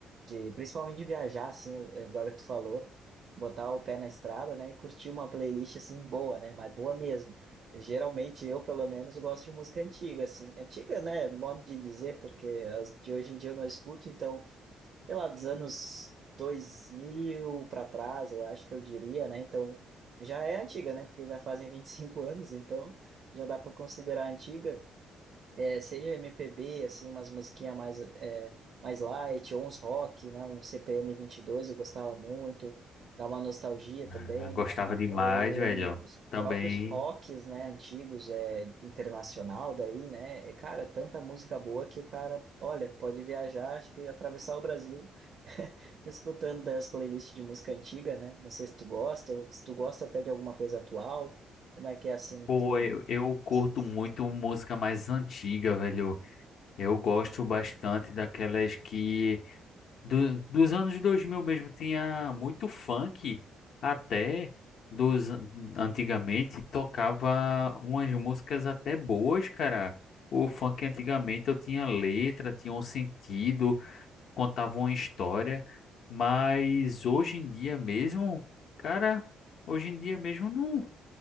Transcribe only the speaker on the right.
de principalmente de viajar, assim, eu- eu- agora que tu falou, botar o pé na estrada, né, e curtir uma playlist, assim, boa, né, mas boa mesmo. Geralmente eu, pelo menos, gosto de música antiga, assim, antiga, né, modo de dizer, porque as de hoje em dia eu não escuto, então, sei lá, dos anos 2000 para trás, eu acho que eu diria, né, então, já é antiga, né, porque já fazem 25 anos, então, já dá para considerar antiga é, seja MPB, assim, umas musiquinhas mais, é, mais light, ou uns rock, né? Um CPM dois eu gostava muito, dá uma nostalgia
também.
Ou
os
próprios rocks, né, antigos, é, internacional daí, né? É, Cara, tanta música boa que o cara, olha, pode viajar, acho que atravessar o Brasil <laughs> escutando daí as playlists de música antiga, né? Não sei se tu gosta, ou se tu gosta até de alguma coisa atual, como é que é assim,
tu...
vocês-